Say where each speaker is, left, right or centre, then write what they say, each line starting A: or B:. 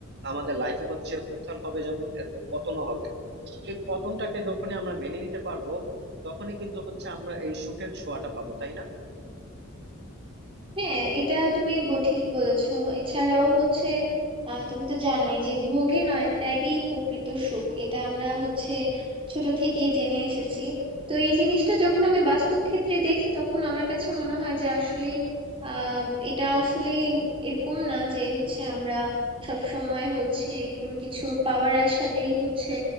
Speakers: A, on the right; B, on the right.
A: আমাদের লাইফে হচ্ছে উত্থান হবে যেমন এর পতনও হবে তো এই পতনটাকে যখনই আমরা মেনে নিতে পারবো তখনই কিন্তু হচ্ছে আমরা এই সুখের ছোঁয়াটা পাবো তাই না
B: হ্যাঁ এটা তুমি বল- ঠিক বলেছো এছাড়াও হচ্ছে আহ, তুমি তো জানোই যে ভোগে নয় ত্যাগেই প্রকৃত সুখ এটা আমরা হচ্ছে ছোট থেকেই জেনে এসেছি তো এই জিনিসটা যখন আমি বাস্তব ক্ষেত্রে দেখি তখন আমার কাছে মনে হয় যে আসলে আহ এটা আসলে এরকম না যে হচ্ছে আমরা সব সময় হচ্ছে কোনো কিছু পাওয়ার আশাতেই হচ্ছে